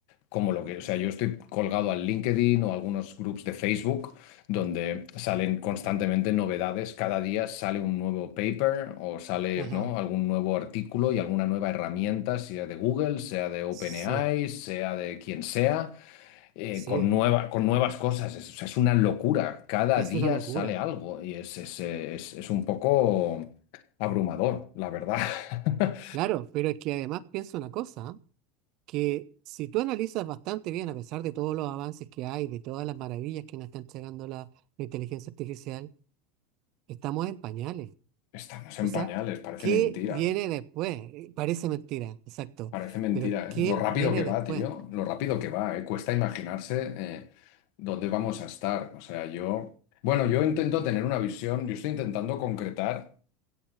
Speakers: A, on the left; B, on the right.
A: como lo que, o sea, yo estoy colgado al LinkedIn o a algunos groups de Facebook donde salen constantemente novedades. Cada día sale un nuevo paper o sale,
B: Ajá.
A: ¿no? algún nuevo artículo y alguna nueva herramienta, sea de Google, sea de OpenAI,
B: Sí.
A: sea de quien sea, eh,
B: Sí,
A: con nueva, con nuevas cosas. Es, o sea, es una locura. Cada
B: es
A: día
B: una locura.
A: sale algo y es, es, es, es un poco abrumador, la verdad. <laughs>
B: Claro, pero es que además pienso una cosa, que si tú analizas bastante bien, a pesar de todos los avances que hay, de todas las maravillas que nos está entregando la, la inteligencia artificial, estamos en pañales.
A: Estamos
B: O
A: en
B: sea,
A: pañales, parece
B: ¿qué
A: mentira.
B: viene después? Eh, Parece mentira, exacto.
A: Parece mentira,
B: Pero ¿qué
A: ¿eh? Lo rápido
B: viene
A: que va,
B: después?
A: tío, lo rápido que va, ¿eh? Cuesta imaginarse eh, dónde vamos a estar. O sea, yo, bueno, yo intento tener una visión, yo estoy intentando concretar.